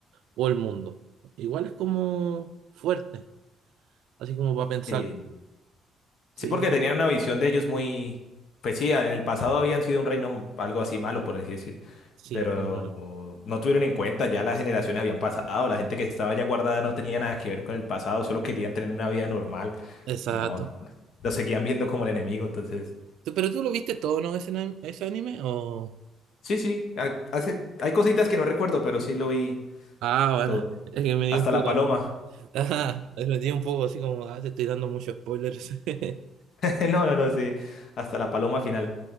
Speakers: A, on the right; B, on the left.
A: o el mundo. Igual es como fuerte, así como para pensar.
B: Eh,
A: Sí,
B: sí, porque tenían una visión de ellos muy... Pues sí, en el pasado habían sido un reino algo así malo, por así decir.
A: sí,
B: pero
A: es como-
B: no tuvieron en cuenta, ya las generaciones habían pasado, la gente que estaba ya guardada no tenía nada que ver con el pasado, solo querían tener una vida normal
A: exacto.
B: y no, lo seguían viendo como el enemigo, entonces,
A: Tú- Pero tú lo viste todo, ¿no? Ese, anime- ese anime o...
B: sí, sí, ha- hace, hay cositas que no recuerdo, pero sí lo vi
A: Ah, bueno,
B: todo,
A: es que me dio
B: hasta
A: un poco...
B: la paloma,
A: Ajá, lo tiene un poco así como, ah, te estoy dando muchos spoilers. <laughs>
B: <laughs> no, no, no, sí, hasta la paloma final.